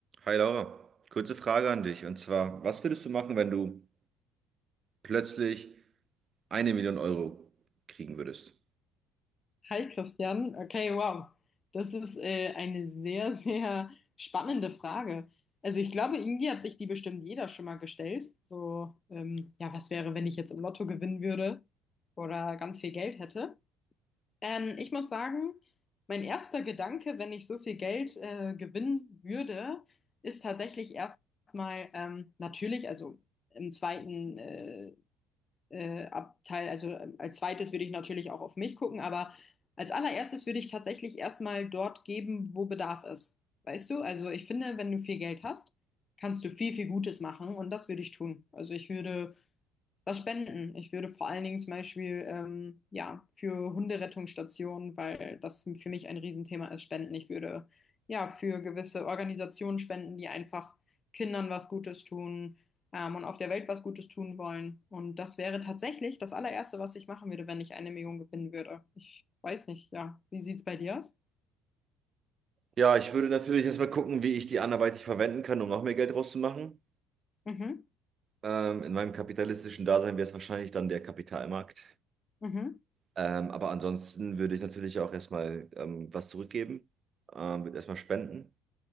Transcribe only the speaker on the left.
Hi Christian, okay, wow. Das ist äh, eine sehr, sehr spannende Frage. Also ich glaube, irgendwie hat sich die bestimmt jeder schon mal gestellt. So, ähm, ja, was wäre, wenn ich jetzt im Lotto gewinnen würde oder ganz viel Geld hätte? Ähm, ich muss sagen, mein erster Gedanke, wenn ich so viel Geld äh, gewinnen würde, ist tatsächlich erstmal ähm, natürlich, also im zweiten äh, äh, Abteil, also ähm, als zweites würde ich natürlich auch auf mich gucken, aber als allererstes würde ich tatsächlich erstmal dort geben, wo Bedarf ist. Weißt du? Also ich finde, wenn du viel Geld hast, kannst du viel, viel Gutes machen und das würde ich tun. Also ich würde was spenden. Ich würde vor allen Dingen zum Beispiel ähm, ja, für Hunderettungsstationen, weil das für mich ein Riesenthema ist, spenden. Ich würde ja für gewisse Organisationen spenden, die einfach Kindern was Gutes tun ähm, und auf der Welt was Gutes tun wollen. Und das wäre tatsächlich das allererste, was ich machen würde, wenn ich eine Million gewinnen würde. Ich weiß nicht, ja. Wie sieht's bei dir aus?
Mhm.
Mhm.